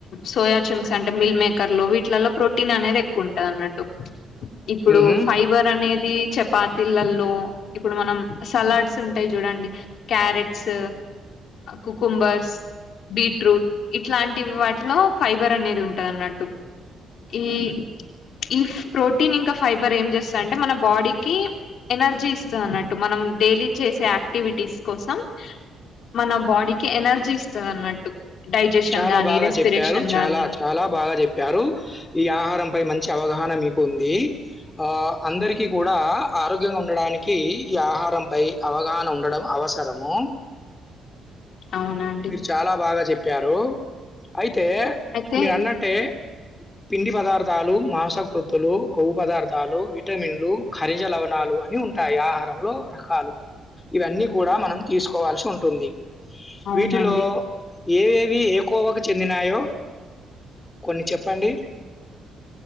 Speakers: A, on the left; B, on the left.
A: సోయా చింక్స్ అంటే మిల్ మేకర్ లో వీటిలలో ప్రోటీన్ అనేది ఎక్కువ ఉంటంది అన్నట్టు ఇప్పుడు
B: హుహు.
A: ఫైబర్ అనేది ఇ చపాతీలలో ఇప్పుడు మనం సలాడ్స్ ఉంటాయి చూడండి క్యారెట్స్ కుకుంబర్స్ బీట్రూట్ ఇట్లాంటి వాటిలో ఫైబర్ అనేది ఉంటది అన్నట్టు ఈ ఈ ప్రోటీన్ ఇంకా ఫైబర్ ఏం చేస్తా అంటే మన బాడీకి ఎనర్జీ ఇస్త అన్నట్టు మనం డైలీ చేసే యాక్టివిటీస్ కోసం మన బాడీకి ఎనర్జీ ఇస్తది అన్నట్టు డైజెషన్
B: చాలా
A: గానీ
B: బాగా
A: రెస్పిరేషన్
B: చెప్పారు చాలా
A: గానీ
B: చాలా బాగా చెప్పారు. ఈ ఆహారంపై మంచి అవగాహన మీకు ఉంది. ఆ అందరికి కూడా ఆరోగ్యంగా ఉండడానికి ఈ ఆహారంపై అవగాహన ఉండడం అ వసరము
A: అవునండి
B: మీరు చాలా బాగా చెప్పారు అయి తే
A: అయితే
B: మీరు అన్నట్టే పిండి పదార్థాలు, మాంసకృత్తులు, కొవ్వు పదార్థాలు విటమిన్లు, ఖరిజ లవణాలు అని ఉంటాయి ఆహారంలో రకాలు ఇవన్నీ కూడా మనం తీసుకోవాల్సి ఉంటుంది.
A: అవునండి
B: వీటిలో ఏవేవి ఏకోవకు చెందినాయో కొన్ని చెప్పండి